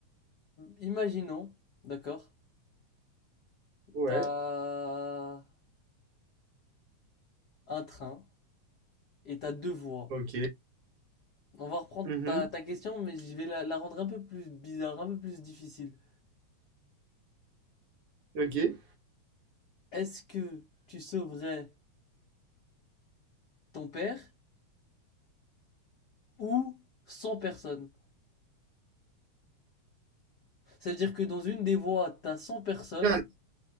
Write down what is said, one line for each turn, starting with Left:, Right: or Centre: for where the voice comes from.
Left: imaginons, d'accord,
Right: Ouais,
Left: t'as un train et t'as deux voies.
Right: ok.
Left: On va reprendre
Right: Mhm,
Left: ta, ta question, mais je vais la, la rendre un peu plus bizarre, un peu plus difficile.
Right: Ok.
Left: Est-ce que tu sauverais ton père ou cent personnes? Ça veut dire que dans une des voies, t'as 100 personnes
Right: Regarde,